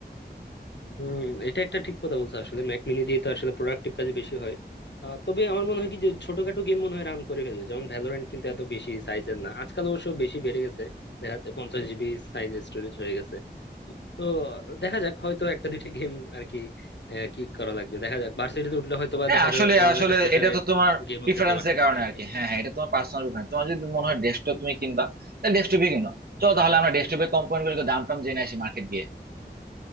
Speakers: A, on the left; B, on the right.
A: হম এটা একটা ঠিক কথা বলছো আসলে ম্যাক মিনি দিয়ে তো আসলে প্রোডাক্টিভ কাজে বেশি হয় আহ, তবে আমার মনে হয় কি যে ছোটখাটো গেম মনে হয় রান করে ফেলে যেমন ভ্যালোরেন্ট কিন্তু এত বেশি সাইজের না আজকাল অবশ্য বেশি বেড়ে গেছে দেখা যাচ্ছে পঞ্চাশ জিবি সাইজ স্টোরেজ হয়ে গেছে তো দেখা যাক হয়তো একটা দুইটা গেম আর কি আহ, কি করা লাগবে দেখা যাক ভার্সিটিতে উঠলে হয়তো বা
B: হ্যাঁ
A: দেখা
B: আসলে
A: যাবে পড়ালেখার
B: আসলে
A: প্রেসারে
B: এটা তো তোমার
A: গেমও
B: প্রিফারেন্সের
A: খেলতে পারতেছি
B: কারণে
A: না আর
B: আর
A: কি
B: কি হ্যাঁ হ্যাঁ এটা তোমার পার্সোনাল প্রিফারেন্স তোমার যদি মনে হয় ডেস্কটপ তুমি কিনবা তাহলে ডেস্কটপই কিনো চলো তাহলে আমরা ডেস্কটপের কম্পোনেন্ট গুলোকে দাম টাম জেনে আসি মার্কেট গিয়ে